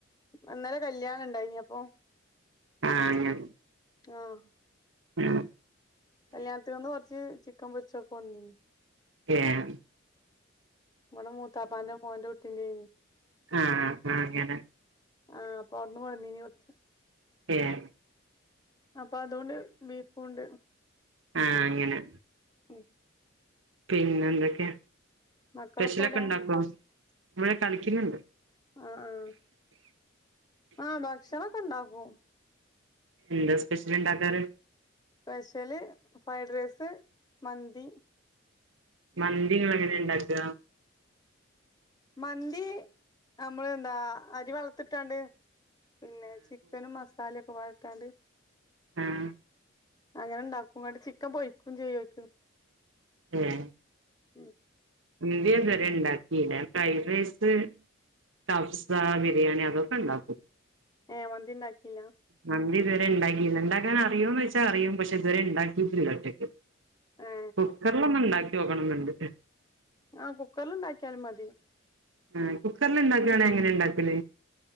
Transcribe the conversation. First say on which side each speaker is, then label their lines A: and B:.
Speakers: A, on the left; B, on the right.
A: ഇന്നലെ കല്യാണണ്ടായിനി അപ്പൊ
B: ആഹ് അങ്ങനെ
A: ആഹ്
B: ഉം
A: കല്യാണത്തിങ്ങന്ന് കൊറച്ച് ചിക്കൻ പൊരിച്ചതൊക്കെ കൊണ്ടന്നീനു
B: ഏഹ്
A: ഇവടെ മൂത്താപ്പാന്റെ മോന്റെ കുട്ടീന്റേന്
B: ആഹ് ആ അങ്ങനെ
A: ആഹ് അപ്പവിട് ന്ന് കൊണ്ടന്നി നീ കൊറച്ച്
B: ഏഹ്
A: അപ്പൊ അതുണ്ട് ബീഫുണ്ട്
B: ആഹ് അങ്ങനെ
A: ഉം
B: പിന്നെ എന്തൊക്കെയാ
A: മക്കളൊക്കെ
B: സ്പെഷ്യലൊക്കെ
A: എവിടെ
B: ഉണ്ടാക്കോ ഇവടെ കളിക്കുന്നുണ്ട്
A: ആഹ് ആഹ് ആ ഭക്ഷണൊക്കെ ഇണ്ടാക്കും
B: എന്താ സ്പെഷ്യല് ഇണ്ടാക്കാറ്?
A: സ്പെഷ്യല് ഫ്രൈ റൈസ് മന്തി
B: മന്തി ഇങ്ങളെങ്ങനെണ്ടാക്കാ?
A: മന്തി അമ്മള് എന്താ അരി വെള്ളത്തിലിട്ടാണ്ട് പിന്നെ ചിക്കനും മസാലൊക്കെപ്പാടെട്ടാണ്ട്
B: ആഹ്
A: അങ്ങനെ ഇണ്ടാക്കും ഇവ്ടെ ചിക്കൻ പൊരിയ്ക്കും ചെയ്യെക്കും
B: ഇല്ലെ
A: ഉം
B: മന്തി ഇതുവരെ ഇണ്ടാക്കില്ല ഞാൻ ഫ്രൈഡ് റൈസ് കഫ്സ ബിരിയാണി അതൊക്കെ ഇണ്ടാക്കും
A: ഏഹ് മന്തി ഇണ്ടാക്കില്ല
B: മന്തി ഇതുവരെ ഇണ്ടാക്കില്ല ഇണ്ടാക്കാൻ അറിയോന്നോയിച്ചാ അറിയും പക്ഷെ ഇതുവരെ ഇണ്ടാക്കിയിട്ടില്ല ഒറ്റക്ക്
A: ഏ
B: കുക്കറിലൊന്നുണ്ടാക്കി നോക്കണെന്നുണ്ട്
A: ആഹ് കുക്കറിൽ ഇണ്ടാക്കിയാലും മതി
B: ആഹ് കുക്കറിൽ ഉണ്ടാക്കാണെ എങ്ങനെയാ ഇണ്ടാക്കല്